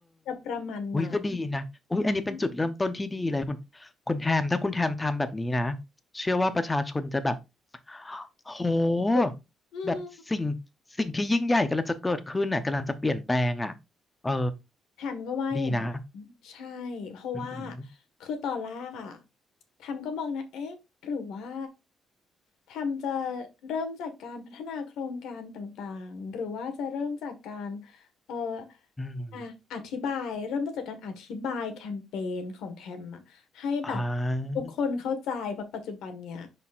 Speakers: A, on the left; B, on the left.
A: จะประมาณนั้น
B: อุ้ยก็ดีนะอุ้ยอันนี้เป็นจุดเริ่มต้นที่ดีเลยคุณ
A: อืม
B: คุณแทมถ้าคุณแทมทำแบบนี้นะเชื่อว่าประชาชนจะแบบโห
A: ถูกอืม
B: แบบสิ่งสิ่งที่ยิ่งใหญ่กำลังจะเกิดขึ้นน่ะกำลังจะเปลี่ยนแปลงอ่ะเออ
A: แทมก็ว่าอย่างนั้น
B: ดีนะ
A: ใช่เพราะว่า
B: อืม
A: คือตอนแรกอ่ะแทมก็มองนะเอ๊ะหรือว่า แทมจะเริ่มจากการพัฒนาโครงการต่างๆหรือว่าจะเริ่มจากการเอ่อ
B: อหืออืม
A: อ่ะอธิบายเริ่มต้นจากการอธิบายแคมเปญของแทมอะให้แบบ
B: อ่า
A: ทุกคนเข้าใจเพราะปัจจุบันเนี่ย